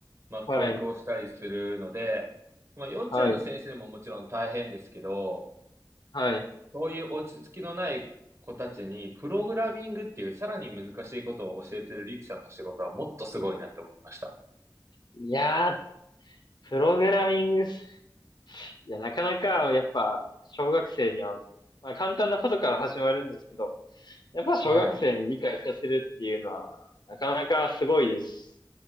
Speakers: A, on the right; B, on the left.
A: まあ、
B: はい。
A: 教育をしたりするので、まあ、幼稚園の先生ももちろん大変ですけど、
B: はい。はい。
A: そういう落ち着きのない子たちに、プログラミングっていうさらに難しいことを教えてるリキさんの仕事はもっとすごいなって思いました。
B: いやー、プログラミングす、いや、なかなか、やっぱ、小学生には、まあ、簡単なことから始まるんですけど、やっぱ小学生に理解させるっていうのは、
A: は
B: なかなかすごいです。